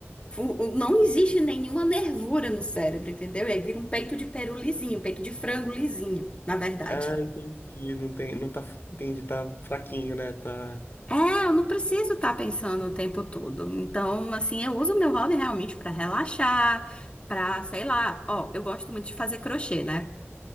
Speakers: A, on the left (about 25°); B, on the left (about 50°).
A: fu- Não existe nenhuma nervura no cérebro, entendeu? E aí vira um peito de peru lisinho, peito de frango lisinho, na verdade.
B: Ah, entendi. Não tem, não tá, entendi, tá fraquinho, né? Tá.
A: É, eu não preciso estar pensando o tempo todo. Então, assim, eu uso o meu hobby realmente pra relaxar, pra, sei lá, ó, eu gosto muito de fazer crochê, né?